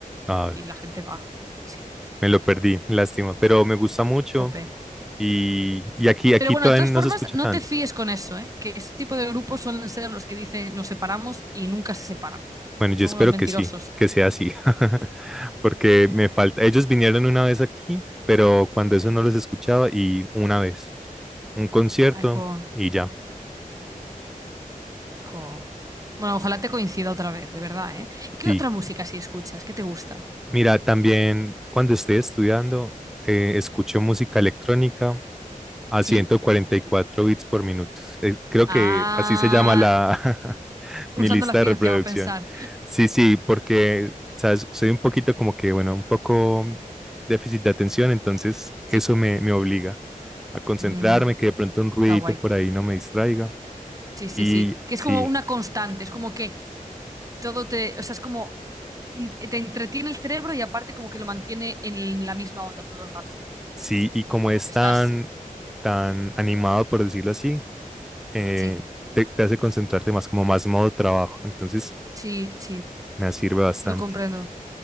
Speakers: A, in the centre; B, on the right.
A: Ah,
B: Y la gente va, sí, sí.
A: me lo perdí, lástima, pero me gusta mucho
B: Jope.
A: y, y aquí, aquí
B: Pero bueno,
A: todavía
B: de todas
A: no
B: formas,
A: se escucha
B: no
A: tanto.
B: te fíes con eso, ¿eh? Que ese tipo de grupos suelen ser los que dicen nos separamos y nunca se separan.
A: Bueno, yo
B: Son
A: espero
B: unos mentirosos.
A: que sí, que sea así, <laughs> porque me falta, ellos vinieron una vez aquí, pero cuando eso no los escuchaba y una vez, un concierto
B: Ay, jo,
A: y ya.
B: jo. Bueno, ojalá te coincida otra vez, de verdad, ¿eh? ¿Y
A: Sí,
B: qué otra música si escuchas? ¿Qué te gusta?
A: mira, también cuando estoy estudiando, eh, escucho música electrónica a
B: ¿Sí?
A: 144 bits por minuto. Eh, creo
B: Ah,
A: que así se llama la <laughs>
B: Usando
A: mi lista
B: la ciencia
A: de reproducción.
B: va a pensar.
A: Sí, sí, porque ¿sabes? soy un poquito como que, bueno, un poco déficit de atención, entonces
B: Sí,
A: eso me, me obliga a concentrarme,
B: mm,
A: que de pronto un ruidito
B: está guay.
A: por ahí no me distraiga.
B: Sí, sí,
A: Y
B: sí. Que
A: sí,
B: es como una constante, es como que todo te, o sea, es como in- te entretiene el cerebro y aparte como que lo mantiene en la misma onda todo el rato. Es como,
A: sí, y como
B: como
A: es
B: que
A: tan,
B: estás.
A: tan animado, por decirlo así, eh,
B: Sí.
A: te, te hace concentrarte más, como más modo
B: Ujú.
A: trabajo. Entonces,
B: Sí, sí.
A: me sirve bastante.
B: Lo comprendo.